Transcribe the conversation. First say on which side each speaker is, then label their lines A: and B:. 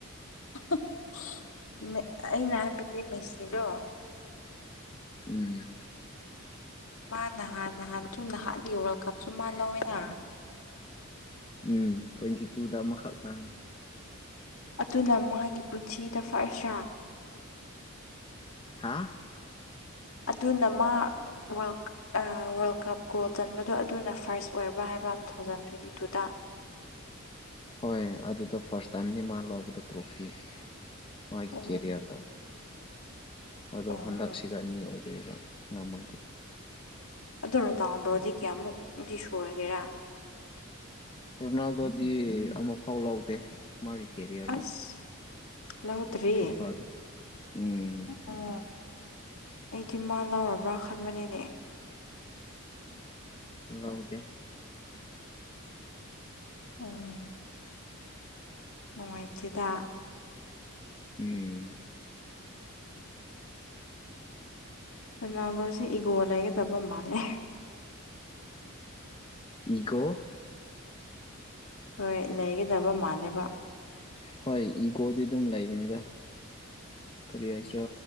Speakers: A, on the left; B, on the left.
A: <unintelligible> ꯃꯦ ꯑꯩꯅ ꯍꯥꯏꯕꯗꯤ ꯃꯦꯁꯤꯗꯣ
B: ꯎꯝ
A: ꯃꯥ ꯅꯍꯥꯟ ꯅꯍꯥꯟꯁꯨ ꯅꯍꯥꯟꯒꯤ ꯋꯥꯔꯜ ꯀꯞꯁꯨ ꯃꯥ ꯂꯧꯋꯦꯅ
B: ꯎꯝ ꯇ꯭ꯋꯦꯟꯇꯤ ꯇꯨꯗ ꯑꯃ ꯈꯛꯇꯅꯦ
A: ꯑꯗꯨꯅ ꯃꯥꯒꯤ ꯄꯨꯟꯁꯤꯗ ꯐ꯭ꯔꯁ ꯔꯥ
B: ꯍꯥꯥ
A: ꯑꯗꯨꯅ ꯃꯥ ꯋꯥꯔꯜ ꯑ ꯋꯥꯔꯜ ꯀꯞ ꯒꯣꯜ ꯆꯟꯕꯗꯣ ꯑꯗꯨꯅ ꯐꯥꯔꯁ ꯑꯣꯏꯕ꯭ꯔꯥ ꯍꯥꯏꯕ ꯇꯨ ꯊꯥꯎꯖꯟ ꯇꯨ ꯇ꯭ꯋꯦꯟꯇꯤ ꯇꯨꯗ
B: ꯍꯣꯏ ꯑꯗꯨꯗ ꯐꯥꯔꯁ ꯇꯥꯏꯝꯅꯤ ꯃꯥ ꯂꯧꯕꯗ ꯇ꯭ꯔꯣꯐꯤ ꯃꯥꯒꯤ
A: ꯑꯣ
B: ꯀꯦꯔꯤꯌꯔꯗ ꯑꯗꯣ
A: ꯑꯣ
B: ꯍꯟꯗꯛꯁꯤꯒ ꯑꯅꯤ ꯑꯣꯏꯗꯣꯏꯕ ꯉꯝꯃꯗꯤ
A: ꯑꯗꯨ ꯔꯣꯅꯥꯟꯗꯣꯗꯤ ꯀꯌꯥꯃꯨꯛꯗꯤ ꯁꯨꯔꯒꯦꯔꯥ
B: ꯔꯣꯅꯥꯜꯗꯣꯗꯤ ꯑꯃꯐꯥꯎ ꯂꯧꯗꯦ ꯃꯥꯒꯤ ꯀꯦꯔꯤꯌꯔꯗ
A: ꯑꯁ ꯂꯧꯗ꯭ꯔꯤ
B: ꯐꯤꯐꯥꯗꯣ ꯎꯝ
A: ꯑꯣ ꯑꯩꯗꯤ ꯃꯥ ꯂꯧꯔꯕ꯭ꯔꯥ ꯈꯟꯕꯅꯤꯅꯦ
B: ꯂꯧꯗꯦ
A: ꯑꯣ ꯅꯨꯡꯉꯥꯏꯇꯦꯗ
B: ꯎꯝ
A: ꯔꯣꯅꯥꯥꯟꯗꯣꯁꯦ ꯏꯒꯣ ꯂꯩꯒꯗꯕ ꯃꯥꯜꯂꯦ
B: ꯏꯒꯣ
A: ꯍꯣꯏ ꯂꯩꯒꯗꯕ ꯃꯥꯜꯂꯦꯕ
B: ꯍꯣꯏ ꯏꯒꯣꯗꯤ ꯑꯗꯨꯝ ꯂꯩꯕꯅꯤꯗ ꯀꯔꯤ ꯍꯥꯏꯁꯤꯔꯥ